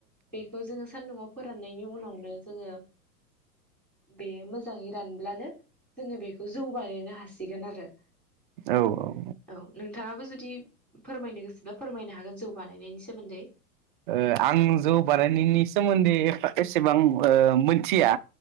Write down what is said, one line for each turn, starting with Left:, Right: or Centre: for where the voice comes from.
Centre: बेखौ जोङो सानदुंआव फोराननायनि उनावनो जोङो बेयो मोजाङै रानब्लानो जोङो बेखौ जौ, बानायनो हासिगोन आरो।
Right: औ-औ-औ
Centre: औ नोंथाङाबो जुदि फोरमायनो गोसोबा फोरमायनो हागोन जौ बानायनायनि सोमोन्दै।
Right: ओ आं जौ बानायनायनि सोमोन्दै एफा एसेबां ओ मिनथिया।